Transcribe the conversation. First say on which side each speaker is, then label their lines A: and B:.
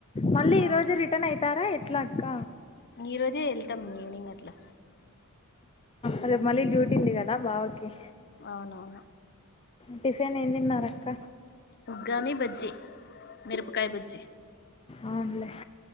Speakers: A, on the left; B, on the left.
A: మళ్ళీ
B: అవును
A: ఈరోజు రిటర్న్ అయితారా ఎట్లా అక్క
B: ఈ రోజే వెళ్తాం ఈవినింగ్ అట్లా
A: ఆ రే మళ్ళీ డ్యూటీ ఉంది కదా భావకి
B: అవునవును
A: టిఫిన్ యేం దిన్నారక్క
B: ఉగ్గాని బజ్జి మిరపకాయ బజ్జి
A: అవునులే